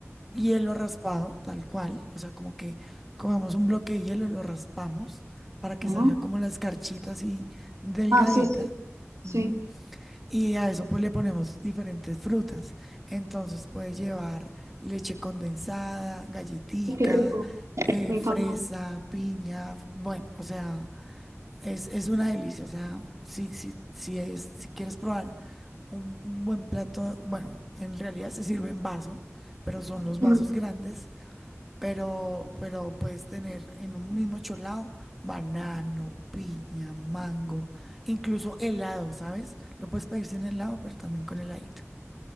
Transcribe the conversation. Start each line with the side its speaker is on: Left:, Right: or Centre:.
Centre: hielo raspado, tal cual, o sea, como que comemos un bloque de hielo, lo raspamos para que
Right: ujú.
Centre: salga como la escarchita así delgadita.
Right: Ah, sí, sí, sí.
Centre: ujú, Y a eso pues le ponemos diferentes frutas. Entonces puede llevar leche condensada, galletica,
Right: Ay, Qué rico.
Centre: eh,
Right: Me
Centre: fresa,
Right: encanta.
Centre: piña, bueno, o sea, es, es una delicia, o sea, si, si, si, es, si quieres probar un, un buen plato, bueno, en realidad se sirve en vaso, pero son los vasos
Right: Ujú.
Centre: grandes, pero, pero puedes tener en un mismo cholado banano, piña, mango, incluso helado, ¿sabes? Lo puedes pedir sin helado, pero también con heladito.